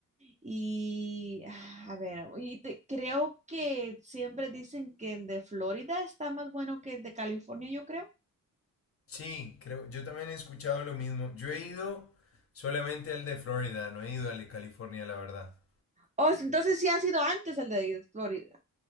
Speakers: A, on the right; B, on the left.
A: y ah, a ver, y te- creo que siempre dicen que el de Florida está más bueno que el de California, yo creo.
B: Sí, creo, yo también he escuchado lo mismo. Yo he ido solamente al de Florida, no he ido al de California, la verdad.
A: Oh, entonces sí ha sido antes el de Florida.